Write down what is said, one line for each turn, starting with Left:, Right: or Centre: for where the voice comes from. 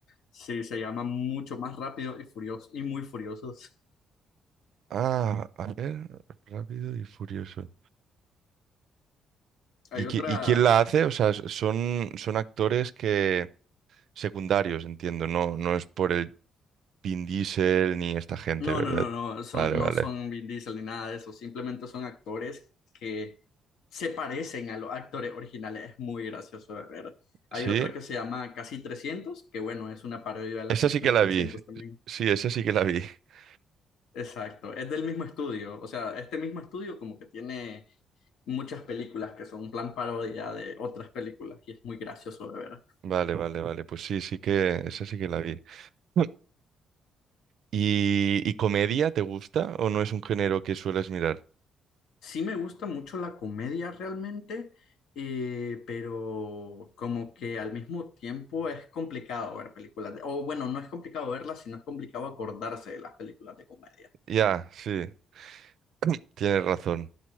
Left: Sí, se llama mucho más Rápido y Furioso y muy Furiosos.
Right: Ah, a ver, Rápido y Furioso.
Left: Hay
Right: ¿Y, qui-
Left: otra,
Right: y quién la hace? O sea, s- son, son actores que secundarios, entiendo. No, no es por el Vin Diesel ni esta gente,
Left: No,
Right: ¿verdad?
Left: no, no, no, son,
Right: Vale, vale.
Left: no son Vin Diesel ni nada de eso, simplemente son actores que se parecen a los actores originales, es muy gracioso de ver.
Right: Sí,
Left: Hay otra que se llama Casi Trescientos, que bueno, es una parodia de la
Right: esa
Left: película
Right: sí que la
Left: 300
Right: vi.
Left: también.
Right: Sí, esa sí que la vi. <laughs>
Left: Exacto, es del mismo estudio, o sea, este mismo estudio como que tiene muchas películas que son un plan parodia de otras películas y es muy gracioso de ver.
Right: Vale, vale, vale. Pues sí, sí que esa sí que la vi. <laughs> ¿Y, y comedia te gusta o no es un género que sueles mirar?
Left: Sí me gusta mucho la comedia realmente, eh, pero como que al mismo tiempo es complicado ver películas de- o bueno, no es complicado verlas, sino es complicado acordarse de las películas de comedia,
Right: Ya, sí, <clears throat> tienes razón.